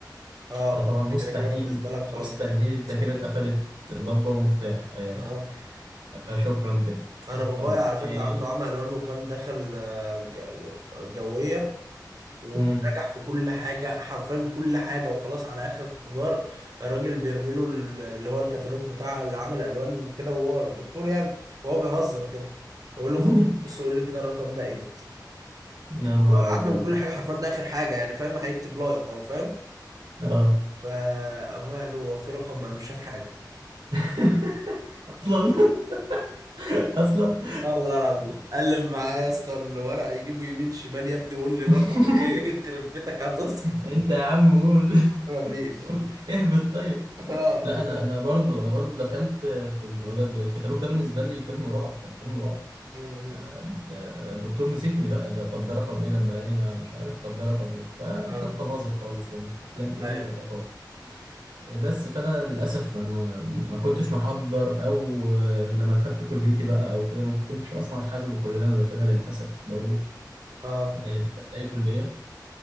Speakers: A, on the right; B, on the right.
A: اه
B: فطبعا
A: فانت
B: مستحيل
A: كده كده بالنسبه لك خلاص
B: مستحيل أنت
A: مستحيل
B: كده اتقفلت ضبة ومفتاح آه،
A: اه آه.
B: فشكرا كده
A: انا بابايا
B: طب
A: على فكره
B: إيه
A: عنده عمى الوان وكان دخل آه، ج- جويه ونجح
B: مم.
A: في كل حاجه حرفيا كل حاجه وخلاص على اخر اختبار الراجل بيرمي له ال- اللي هو الكتالوج بتاع اللي عمل الوان كده وهو الدكتور يعني وهو بيهزر كده بيقول له
B: <laughs>
A: خد بص قول لي كده الرقم ده ايه
B: يا نهار
A: وعدى
B: أبيض
A: من كل حاجه حرفيا ده اخر حاجه يعني فاهم هيكتب لائق اهو فاهم
B: آه
A: فابويا قال له هو في رقم ما انا مش شايف حاجه
B: <laughs> أصلا أصلا
A: والله العظيم قلب معايا يا اسطى الورق يجيبه يمين شمال يا ابني وقول لي الرقم
B: <laughs>
A: ايه <laughs> يخرب بيتك هتصحى
B: أنت يا عم قول
A: مفيش
B: قول اهبط طيب
A: اه
B: لا
A: وب-
B: انا انا برضو انا برضو دخلت في الموضوع ده الكتالوج ده بالنسبه لي فيلم رعب كان فيلم رعب
A: م- م.
B: آه، الدكتور مسكني بقى ده طب ده رقم ايه لما لقاني ما- مش عارف طب ده رقم ايه فالخطه
A: آه.
B: باظت خالص يعني بلان ايه
A: ايوه
B: باظت بس فانا للاسف انا ما ما كنتش محضر او آه، لما دخلت كليتي بقى او كده ما كنتش اصلا حابب الكليه اللي انا داخلها للاسف برضو
A: اه
B: آه، دخلت أي كلية